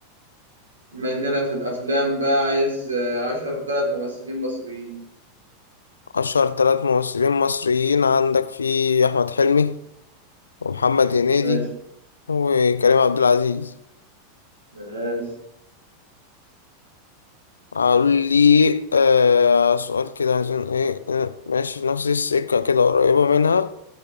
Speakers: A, on the right; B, on the left.
A: بما إننا في الأفلام بقى عايز آه، أشهر تلات ممثلين مصريين
B: أشهر تلات ممثلين مصريين عندك في أحمد حلمي ومحمد هنيدي
A: ماشي
B: وكريم عبد العزيز
A: ماشي
B: أقول لي آه سؤال كده عشان إيه آه، ماشي في نفس السكة كده قريبة منها